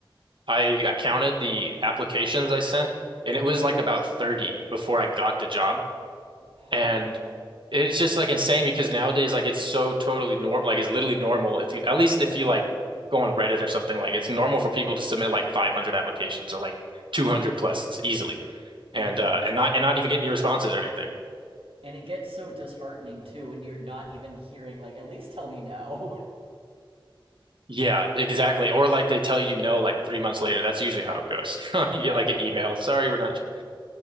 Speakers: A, on the right; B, on the right.
A: I I counted the applications I sent, and it was like about 30 before I got the job.
B: Oh,
A: And
B: and,
A: it's just like insane because nowadays, like, it's so totally normal. Like, it's literally normal if you, at least if you like go on Reddit or something, like, it's normal for people to submit like 500 applications or like 200 plus easily, and
B: and
A: uh, and not and not even get any responses or anything.
B: And it gets so disheartening too when you're not even hearing like at least tell me no. <laughs>
A: Yeah, exactly. Or like they tell you no like three months later. That's usually how it goes. <laughs> You get
B: Oh,
A: like an email. Sorry, we're not.